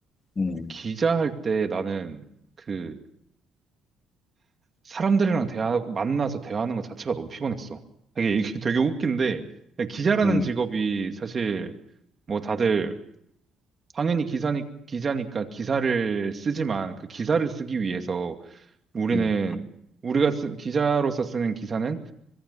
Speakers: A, on the left; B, on the right.
A: 음,
B: 기자 할 때 나는 그 사람들이랑 대화하고 만나서 대화하는 것 자체가 너무 피곤했어. 되게 이게 <laughs> 되게 웃긴데 기자라는
A: 음,
B: 직업이 사실 뭐 다들 당연히 기사니 기자니까 기사를 쓰지만 그 기사를 쓰기 위해서 우리는
A: 음,
B: 우리가 쓰, 기자로서 쓰는 기사는